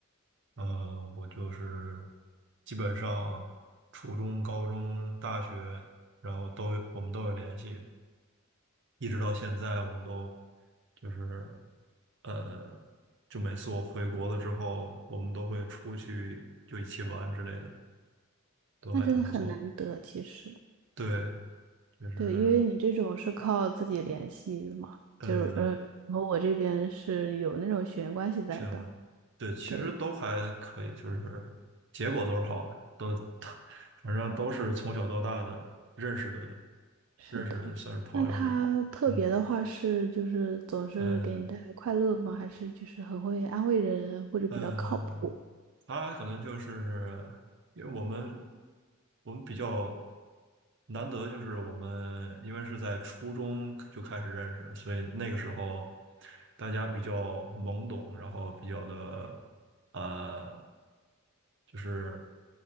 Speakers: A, on the right; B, on the right.
A: 呃，我就是基本上初中、高中、大学，然后都有我们都有联系。一直到现在，我们都就是呃，就每次我回国了之后，我们都会出去就一起玩之类的，都还挺不错的。
B: 那真的很难得，其实，
A: 对，就是
B: 对，因为你这种是靠自己联系的嘛，
A: 呃，
B: 就是呃，和我这边是有那种血缘关系在的。
A: 行，对，其实都还可以，
B: 对，
A: 就是结果都是好的，都 <laughs> 反正都是从小到大的认识的
B: 是的。
A: 认识的，算是朋友这，
B: 那他特别的话是，
A: 嗯。
B: 就是总是给你带来快乐吗？
A: 呃，
B: 还是就是很会安慰人，或者比较靠谱？
A: 嗯，他可能就是因为我们我们比较难得，就是我们因为是在初中就开始认识，所以那个时候大家比较懵懂，然后比较的呃，就是